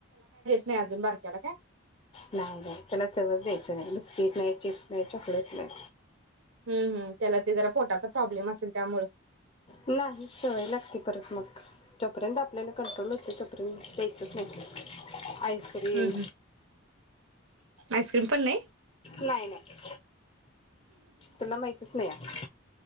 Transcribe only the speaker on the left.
नाही-नाही त्याला चवच द्यायची नाही, बिस्कीट नाही, चिप्स नाही, चॉकलेट नाही
नाही सवय लागते परत मग तोपर्यंत आपल्या कन्फर्म होत नाही तोपर्यंत प्यायचंच नाही. आईस्क्रीम
नाही नाही तुला माहितच नाही आहे